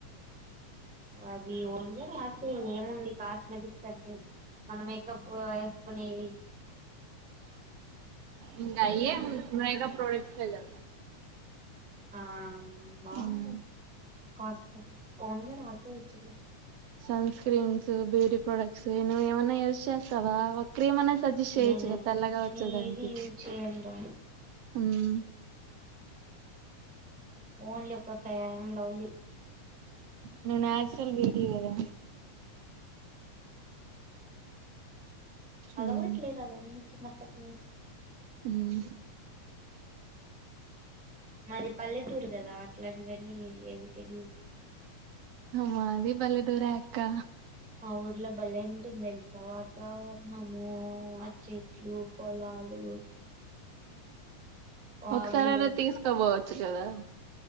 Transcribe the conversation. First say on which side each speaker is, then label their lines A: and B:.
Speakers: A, in the centre; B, on the right (about 80°).
A: అది ఓన్ గా రాసెయ్ ఏముంది కాస్మెటిక్స్ అంటే మన మేకప్ ఆ వేసుకొనేవి
B: ఇంగ అయ్యే మేకప్ ప్రొడక్ట్సే లేవు గా
A: ఆ బావుంటాయి
B: మ్మ్
A: కాస్మెటిక్స్ ఓన్ గా Ross <unintelligible>
B: sun screens beauty products నువ్వు ఏమన్నా యూస్ చేస్తావా ఒక క్రీమన్నా సజెస్ట్ చేయొచ్చు
A: నేను
B: గా తెల్లగా
A: నేను
B: వచ్చేదానికి
A: ఏది యూజ్ చేయనురా
B: ఉమ్
A: ఓన్లీ ఒక్క ఫైర్ అండ్ లవ్లీ
B: నువ్వు నాచురల్ బ్యూటీ గదా
A: అలవాట్లేదు
B: ఉమ్
A: అవన్నీ చిన్నప్పటి నుంచి
B: ఉమ్
A: మాది పల్లెటూరు గదా అట్లాంటివన్నీ ఏవి తెలీదు
B: ఆ మాది పల్లెటూరే అక్కా
A: మా ఊర్లో బలే ఉంటుంది తెల్సా వాతావరణము ఆ చెట్లు పొలాలు వాగులు
B: ఒకసారి అయినా తీస్కబోవచ్చు గదా